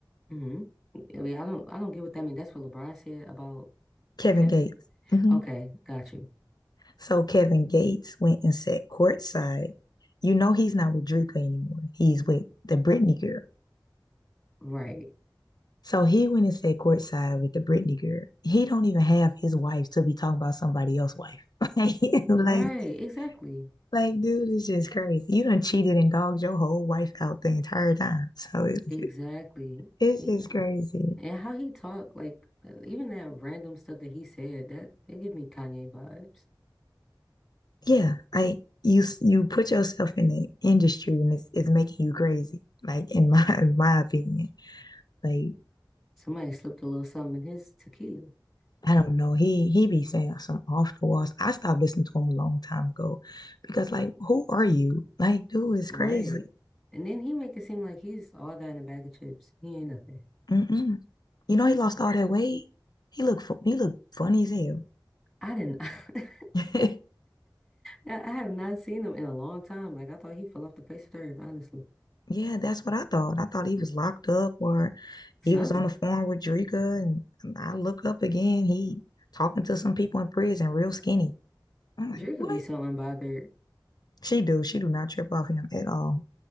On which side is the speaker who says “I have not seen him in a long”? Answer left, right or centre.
Centre